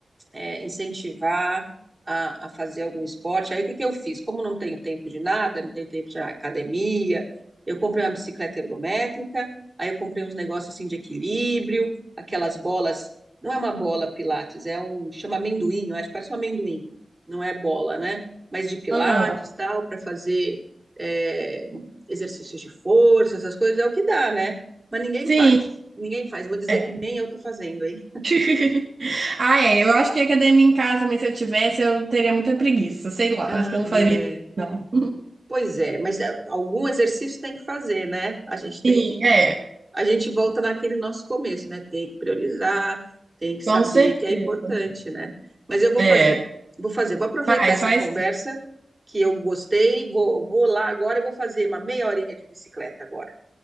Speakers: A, on the right; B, on the right.
A: é, incentivar a, a fazer algum esporte. Aí o que que eu fiz? Como não tenho tempo de nada, não tenho tempo de academia, eu comprei uma bicicleta ergométrica, aí eu comprei uns negócios assim de equilíbrio, aquelas bolas, não é uma bola Pilates, é um, chama amendoim, eu acho, que parece um amendoim, não é bola, né? Mas de Pilates,
B: Ah,
A: tal, para fazer é, exercícios de força, essas coisas, é o que dá, né? Mas ninguém
B: sim,
A: faz, ninguém faz. Vou dizer
B: é.
A: que nem eu tô fazendo, hein?
B: <laughs> Ah, é, eu acho que academia em casa, mas se eu tivesse, eu teria muita preguiça, sei lá,
A: Ah,
B: acho que eu não
A: é.
B: faria, não.
A: Pois é, mas é, algum exercício tem que fazer, né? A gente tem
B: Sim,
A: que,
B: é,
A: a gente volta naquele nosso começo, né? Tem que priorizar, tem que saber
B: com certeza.
A: que é importante, né? Mas eu vou
B: É,
A: fazer, vou fazer, vou aproveitar
B: faz,
A: essa
B: faz
A: conversa que eu gostei, vou, vou lá agora e vou fazer uma meia horinha de bicicleta agora.